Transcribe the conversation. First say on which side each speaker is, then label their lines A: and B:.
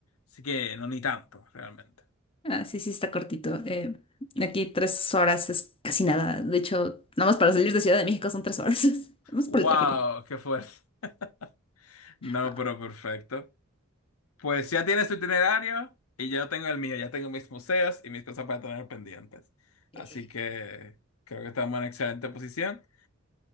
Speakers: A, on the left; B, on the left.
A: Así que no ni tanto, realmente.
B: ah, sí, sí, está cortito. Eh, aquí tres horas es casi nada. De hecho, nada más para salir de Ciudad de México son tres horas. <laughs> Vamos
A: ¡Wow!
B: por el tráfico.
A: ¡Qué fuerza! <laughs> No,
B: Ah,
A: pero perfecto. Pues ya tienes tu itinerario y yo tengo el mío, ya tengo mis museos y mis cosas para tener pendientes.
B: eh,
A: Así que creo que estamos en excelente posición.